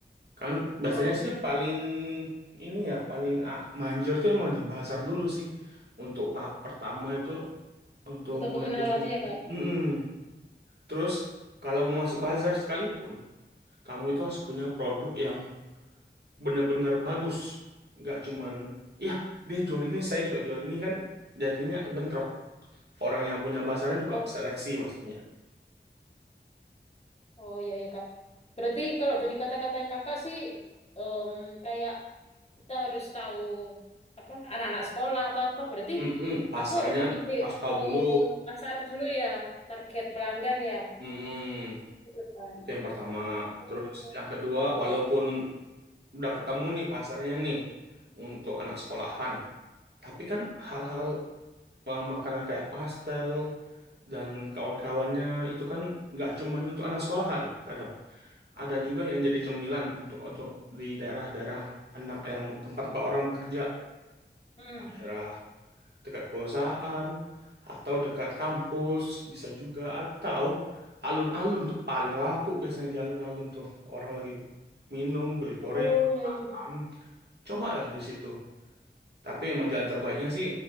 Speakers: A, on the right (about 65°); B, on the left (about 35°).
A: Kan biasanya
B: Oh.
A: sih paling ini ya paling a- manjur tuh emang di pasar dulu sih untuk tahap pertama itu untuk
B: Untuk
A: mulai
B: pengenalannya
A: bisnis.
B: ya, Kak.
A: Mm-mm. Terus kalau mau masuk bazar sekalipun kamu itu harus punya produk yang bener-bener bagus, nggak cuman ya dia jual ini saya juga jual ini kan jadinya bentrok. Orang yang punya bazarnya juga
B: Oh,
A: seleksi pastinya.
B: oh ya ya, Kak. Berarti kalau dari kata-kata Kakak sih em, kayak kita harus tahu apa anak-anak sekolah atau apa. Berarti
A: Mm-mm. Pasarnya
B: aku harus bidik
A: harus tahu
B: ke
A: dulu.
B: pasar dulu ya, target pelanggan ya.
A: Mm-mm.
B: Gitu kan.
A: Itu yang pertama.
B: Oh,
A: Terus
B: oh,
A: yang kedua,
B: oh.
A: walaupun udah ketemu nih pasarnya nih untuk anak sekolahan. Tapi kan hal-hal eh, makanan kayak pastel dan kawan-kawannya itu kan nggak cuman untuk anak sekolahan. Kadang ada juga yang jadi cemilan untuk untuk di daerah-daerah anak yang tempat tempat orang bekerja,
B: Mm.
A: daerah dekat perusahaan atau dekat kampus bisa juga atau alun-alun tuh paling laku biasanya di alun-alun tuh orang lagi minum, beli
B: Oh,
A: goreng,
B: ya
A: makan.
B: ya.
A: Cobalah di situ. Tapi emang jalan terbaiknya sih